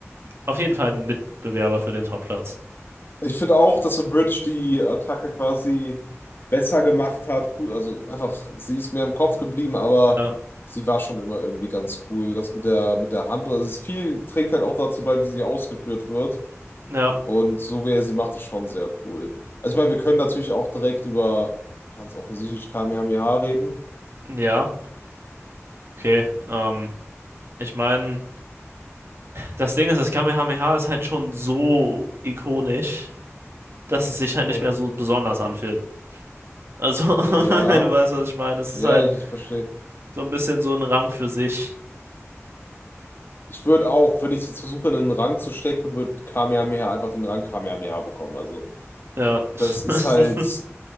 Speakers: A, on the right; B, on the left.
A: auf jeden Fall ein Mitbewerber für den Topplatz.
B: Ich finde auch, dass The Bridge die Attacke quasi besser gemacht hat. Cool, also einfach, sie ist mir im Kopf geblieben, aber
A: Ja,
B: sie war schon immer irgendwie ganz cool. Das mit der, mit der Hand, also es ist viel trägt halt auch dazu bei, wie sie ausgeführt wird.
A: ja,
B: Und so wie er sie macht, ist schon sehr cool. Also ich meine, wir können natürlich auch direkt über ganz offensichtlich Kamehameha reden.
A: ja, okay. Ähm, ich meine, das Ding ist, das Kamehameha ist halt schon so ikonisch, dass es sich halt
B: Ja.
A: nicht mehr so besonders anfühlt. Also, <laughs>
B: Ja,
A: wenn du weißt, was ich meine, es
B: ja,
A: ist halt
B: ich, ich verstehe.
A: so ein bisschen so ein Rang für sich.
B: Ich würde auch, wenn ich es jetzt versuche, in einen Rang zu stecken, wird Kamehameha einfach den Rang Kamehameha bekommen. Also,
A: Ja. <laughs>
B: das ist halt.